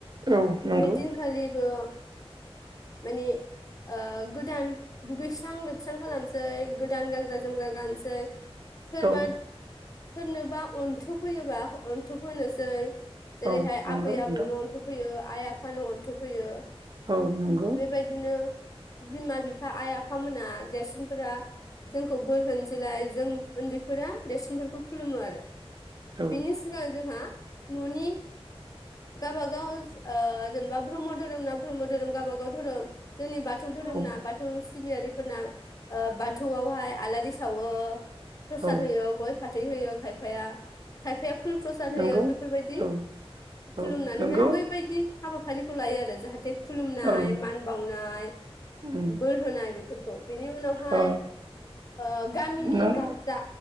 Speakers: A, on the right; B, on the left.
A: औ नंगौ
B: बेदिनखालिबो माने ओ गो दान दुगैस्रां लोबस्रां खालामनोसै गोदान गानग्रा जोमग्रा गाननोसै सोरबा
A: औ
B: सोरनोबा उनथुफैयोबा अनथुब होनोसै जेरैहाय
A: औ नंगौ
B: आबै
A: नोंथां
B: आबौनो अनथुब होयो। आइ आफानो अन्थुब होयो।
A: औ नंगौ
B: बेबायदिनो बिमा बिफा आइ आफाामोना देरसिनफोरा जोंखौ बोर होनोसैलाय जों उन्दैफोरा देरसिनफोरखौ खुलुमो आरो।
A: औ
B: बेनि सिगां जोंहा न'नि गाबागाव ओ जेनेबा ब्रह्म धोरोम ना ब्रह्म धोरोम गावबागाव धोरोम जेनिबा बाथौ धोरोम
A: औ
B: ना बाथौ सिबियारिफोरना ओ बाथौआवहाय आलारि सावो। प्रसाद
A: औ
B: होयो गय फाथै होयो खायफाया खायफाया फुल प्रसाद होयो
A: नंगौ
B: बेफोरबायदि
A: औ
B: खुलुमनानैहाय
A: औ नंगौ
B: बैबायदि हाबाफारिखौ लायो आरो। <unintelligible> थे खुलुमुमनाय
A: औ
B: मान बावनाय
A: उम
B: बोर होनाय बेफोरखौ बेनि उनावहाय
A: औ
B: ओ गामिनि
A: नों
B: गारजा